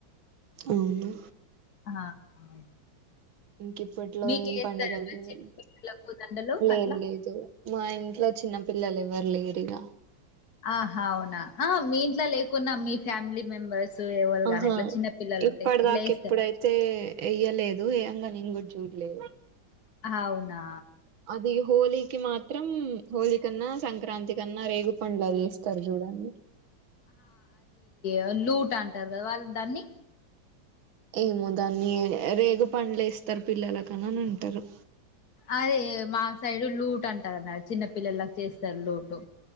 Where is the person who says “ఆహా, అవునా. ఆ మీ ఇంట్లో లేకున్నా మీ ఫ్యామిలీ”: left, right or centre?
Left